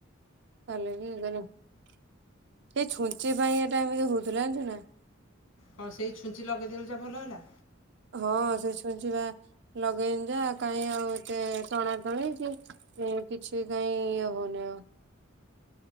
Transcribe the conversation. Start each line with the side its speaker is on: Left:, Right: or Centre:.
Right: କଲିକି ଇଏକରିମି ଏଇ ଛୁଞ୍ଚି ପାଇଁ ଏଟା ଏମିତି ହଉଥିଲା ଜାଣିଛୁ ନା।
Left: କଣ ସେଇ ଛୁଞ୍ଚି ଲଗେଇଦେଲୁ ଯା ଭଲ ହେଲା।
Right: ହଁ ସେ <unintelligible> ବା ଲଗେଇନି ଯା କାହିଁ ଆଉ ଏତେ ଟଣା ଟାଣି କି ଏଁ କିଛି କାଇଁ ଇଏ ହୋଉନି ଆଉ।